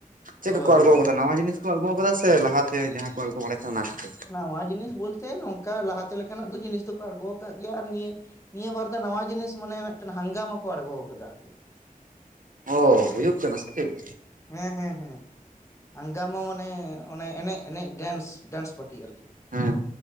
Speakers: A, on the right; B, on the left.
A: ᱪᱮᱫ
B: ᱦᱳᱭ
A: ᱠᱚ ᱠᱚ ᱟᱬᱜᱚ
B: ᱦᱳᱭ
A: ᱠᱟᱫᱟ ᱱᱟᱣᱟ ᱡᱤᱱᱤᱥ ᱠᱚ ᱟᱬᱜᱚ ᱠᱟᱫᱟ ᱥᱮ ᱞᱟᱦᱟ ᱛᱮ ᱡᱟᱦᱟᱸ ᱠᱚ ᱟᱬᱜᱚ ᱵᱟᱲᱟᱭ ᱛᱟᱦᱮᱸᱫ ᱚᱱᱟ ᱠᱚ ᱜᱮ᱾
B: ᱱᱟᱣᱟ ᱡᱤᱱᱤᱥ ᱵᱚᱞᱛᱮ ᱱᱚᱝᱠᱟ ᱞᱟᱦᱟ ᱛᱮ ᱞᱮᱠᱟᱱᱟᱜ ᱫᱚ ᱡᱤᱱᱤᱥ ᱫᱚ ᱠᱚ ᱟᱬᱜᱚ ᱠᱟᱜ ᱜᱮᱭᱟ ᱟᱨ ᱱᱤᱭᱟᱹ ᱱᱤᱭᱟᱹ ᱵᱟᱨ ᱫᱚ ᱱᱟᱣᱟ ᱡᱤᱱᱤᱥ ᱢᱟᱱᱮ ᱢᱮᱫᱴᱮᱱ ᱦᱟᱝᱜᱟᱢᱟ ᱠᱚ ᱟᱬᱜᱚ ᱠᱟᱫᱟ
A: ᱚ ᱦᱳᱭᱳᱜ ᱠᱟᱱᱟ ᱥᱮ ᱪᱮᱫ?
B: ᱦᱮᱸ ᱦᱮᱸ ᱦᱮᱸ ᱦᱟᱝᱜᱟᱢᱟ ᱢᱟᱱᱮ ᱚᱱᱮ ᱮᱱᱮᱡ ᱮᱱᱮᱡ ᱰᱮᱱᱥ ᱰᱮᱱᱥ ᱯᱟᱴᱤ ᱟᱨ ᱠᱤ᱾
A: ᱦᱮᱸ